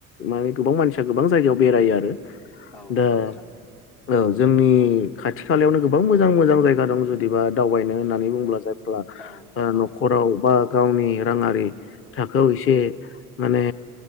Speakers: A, on the left (about 30°); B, on the left (about 65°).
A: माने गोबां मानसिया गोबां जायगायाव बेरायो आरो
B: औ
A: दा
B: नंगौ नोंथां
A: औ जोंनि खाथि खालायावनो गोबां मोजां मोजां जायगा दं जुदिबा दावबायनो होननानै बुंब्ला जायफोर ओ
B: औ औ
A: न'खराव बा गावनि राङारि थाखोआव एसे माने